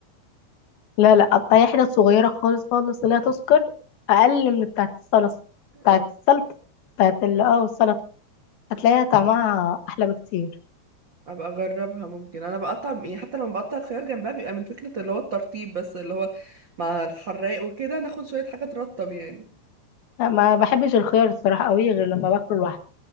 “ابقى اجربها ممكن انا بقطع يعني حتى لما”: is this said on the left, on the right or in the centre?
Right